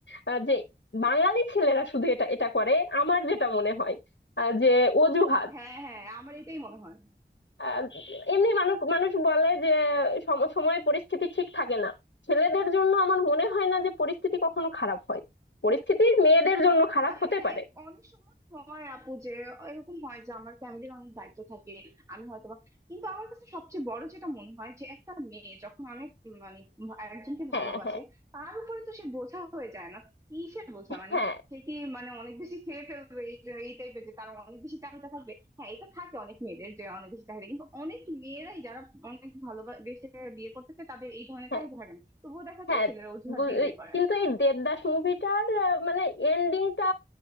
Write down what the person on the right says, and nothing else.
হ্যাঁ হ্যাঁ আমার এটাই মনে হয়
আর
হ্যাঁ
এর অনেক সময় হয় আপু যে এরকম হয় যে আমার ফ্যামিলির অনেক দায়িত্ব থাকে আমি হয়তো বা কিন্তু আমার কাছে সবচেয়ে বড় যেটা মনে হয় যে একটা মেয়ে যখন অনেক উম মানে উম একজনকে
ভালোবাসে
তার উপরে তো সে বোঝা হয়ে যায় না কিসের বোঝা মানে
সে কি মানে অনেক বেশি খেয়ে ফেলবে এই এই টাইপের যে তার অনেক বেশি চাহিদা থাকবে হ্যাঁ এটা থাকে অনেক মেয়েদের যে অনেক বেশি চাহিদা কিন্তু অনেক মেয়েরাই যারা অনেক ভালোবেসে বিয়ে করতেছে তাদের এই ধরনের
চাহিদা থাকে না তবুও দেখা
যায় ছেলেরা অজুহাত
দিয়ে
বিয়ে করে